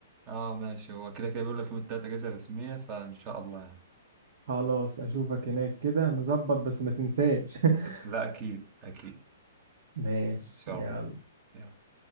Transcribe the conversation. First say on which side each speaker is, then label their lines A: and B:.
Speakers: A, on the right; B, on the right.
A: اه ماشي هو كده كده بيقول لك يوم التلاتة اجازة رسمية فان شاء الله يعني
B: خلاص اشوفك هناك كده نظبط بس ما تنساش <laughs>
A: لا أكيد أكيد
B: ماشي
A: إن شاء
B: يلا
A: الله يلا.